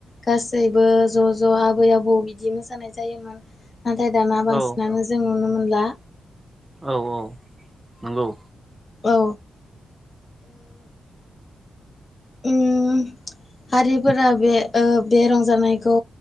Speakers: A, on the left; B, on the right.
A: गासैबो ज' ज' आबै आबौ बिदि मोसानाय जायोमोन। नाथाय दाना बांसिनानो
B: औ
A: जों नुनो मोनला।
B: औ औ नोंगौ।
A: औ। उम हारिफोरा बे ओ बे रंजानायखौ